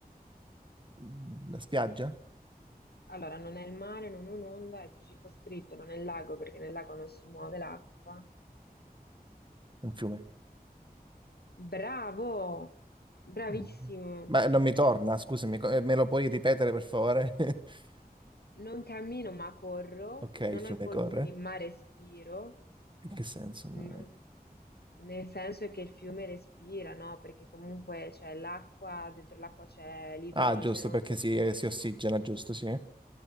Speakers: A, on the right (about 30°); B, on the left (about 85°).
A: Mm, la spiaggia,
B: Allora, non è il mare, non è un'onda, è più circoscritto, non è il lago perché nel lago non si muove l'acqua.
A: un fiume.
B: Bravo! Bravissimo!
A: Mm. Ma non mi torna, scusami, co- eh, me lo puoi ripetere per favore? <laughs>
B: Non cammino ma corro,
A: Ok, il
B: non
A: fiume
B: ho i polmoni
A: corre.
B: ma respiro,
A: In che senso?
B: non-
A: Ma...
B: nel senso è che il fiume respira, no? Perché comunque c'è l'acqua, dentro l'acqua c'è l'idrogeno
A: Ah, giusto, perché
B: e quindi...
A: si, eh, si ossigena, giusto, sì.